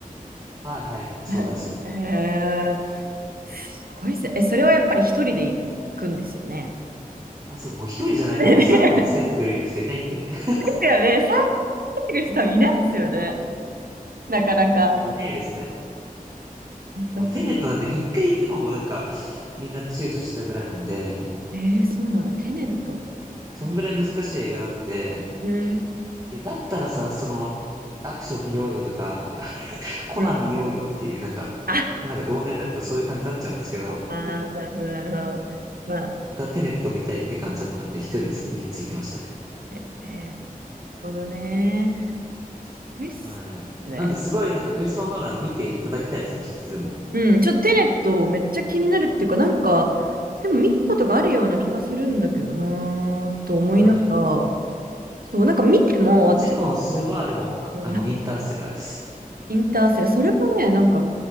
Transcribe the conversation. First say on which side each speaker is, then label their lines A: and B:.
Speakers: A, on the right (about 25°); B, on the right (about 85°).
A: はいはい、そうです。
B: へえ、へえ。すごいですね。え、それはやっぱり一人で行くんですよね。
A: あ、そう、もう一人じゃないともう三個も付き合ってくれるような人いないんで。
B: <laughs> で
A: <laughs>
B: すよね。参加してくる人多分いないですよね。なかなか。
A: いや、いないですね。
B: あそっか
A: もうテネットなんて一回行くのもなんか、みんな躊躇してたぐらいなんで、
B: えー、そうなんだ。テネットって。
A: そんぐらい難しい映画なんで、
B: ね
A: いや、だったらさ、その、アクション見ようよとか、<laughs> コナン見ようよっていう、
B: うんうんうん。
A: なんか、
B: あ
A: まあなんか同年代だとそういう感じになっちゃうんですけど、
B: あー、なるほど、なるほど。まあ、
A: 僕はテネット見たいって感じだったんで、一人でさ三つ行きましたね。
B: ええーなるほどね。すごいっすね。
A: はい。なんで、すごいなんかクリスマ・ノーラン見ていただきたいですね、一つでも。
B: うん、ちょっとテネットめっちゃ気になるっていうか、なんか、でも見たことがあるような気がするんだけどなーと思いなが
A: はい。
B: ら、そう、なんか見ても私、
A: 一部のおすすめは、でも、
B: うん、
A: あの、インターステラーです。
B: インターセラ、ーそれもね、なんか、